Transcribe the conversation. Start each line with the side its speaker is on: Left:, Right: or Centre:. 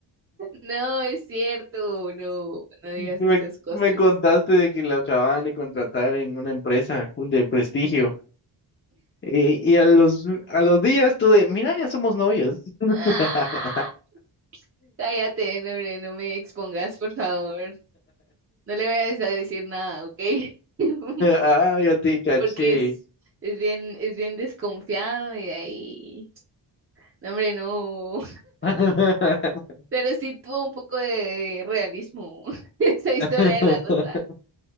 Right: No, es cierto, no, no digas
Left: Me,
Right: estas cosas.
Left: me contaste de que lo acababan de contratar en una empresa de prestigio. Y, y a los, a los días tú de, mira, ya somos novios. <laughs>
Right: ¡Ah! Cállate, no, hombre, no me expongas, por favor. No le vayas a decir nada, ¿ok? <laughs>
Left: Ah, ya te caché.
Right: Porque es, es bien, es bien desconfiado y de ahí. No, hombre, no.
Left: <laughs>
Right: Pero sí tuvo un poco de realismo <laughs> esa historia
Left: <laughs>
Right: de la rosa.